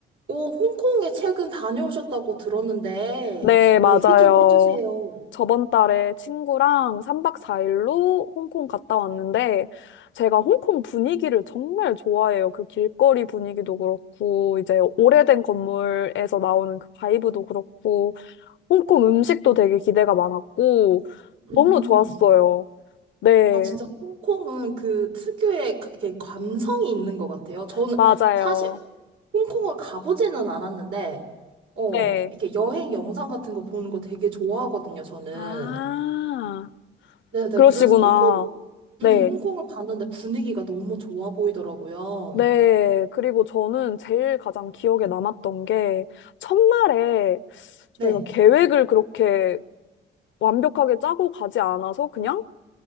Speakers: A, on the right; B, on the left.
A: 오, 홍콩에 최근 다녀오셨다고 들었는데,
B: 네, 맞아요.
A: 어, 얘기 좀 해주세요.
B: 저번 달에 친구랑 3박 4일로 홍콩 갔다 왔는데, 제가 홍콩 분위기를 정말 좋아해요. 그 길거리 분위기도 그렇고, 이제 오래된 건물에서 나오는 그 바이브도 그렇고, 홍콩 음식도 되게 기대가 많았고,
A: 음,
B: 너무 좋았어요. 네,
A: 아, 진짜 홍콩은 그 특유의 그- 이렇게 감성이 있는 것 같아요. 저는
B: 맞아요.
A: 사실 홍콩을 가보지는 않았는데, 어,
B: 네.
A: 이렇게 여행 영상 같은 거 보는 거 되게 좋아하거든요, 저는.
B: 아,
A: 네네,
B: 그러시구나.
A: 그래서 홍콩,
B: 네.
A: 음, 홍콩을 봤는데 분위기가 너무 좋아 보이더라고요.
B: 네, 그리고 저는 제일 가장 기억에 남았던 게 첫날에 저희가
A: 네,
B: 계획을 그렇게 완벽하게 짜고 가지 않아서 그냥